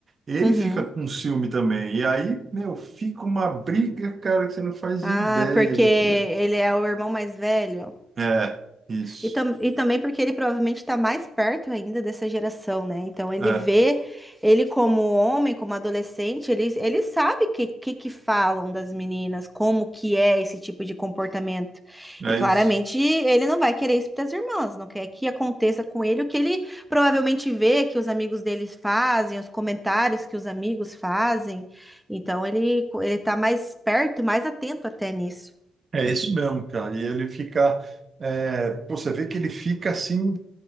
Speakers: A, on the right; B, in the centre.
A: Ele
B: Uhum.
A: fica com ciúme também. E aí, meu, fica uma briga, cara, que você não faz
B: Ah,
A: ideia
B: porque
A: do
B: ele
A: que é.
B: é o irmão mais velho.
A: É, isso.
B: E, tam e também porque ele provavelmente está mais perto ainda dessa geração, né? Então ele
A: É,
B: vê ele como homem, como adolescente, ele, ele sabe o que, que, que falam das meninas, como que é esse tipo de comportamento.
A: é
B: E claramente
A: isso.
B: ele não vai querer isso para as irmãs, não quer que aconteça com ele o que ele provavelmente vê que os amigos deles fazem, os comentários que os amigos fazem. Então ele, ele tá mais perto, mais atento até nisso.
A: É isso mesmo, cara. E ele fica. é, pô, você vê que ele fica assim.